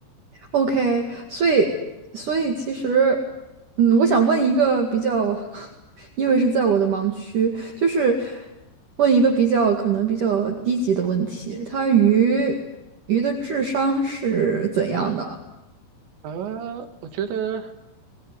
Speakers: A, on the right; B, on the right.
A: OK，所以所以其实，嗯，我想问一个比较，<laughs> 因为是在我的盲区，就是问一个比较可能比较低级的问题，它鱼鱼的智商是怎样的？
B: 呃，我觉得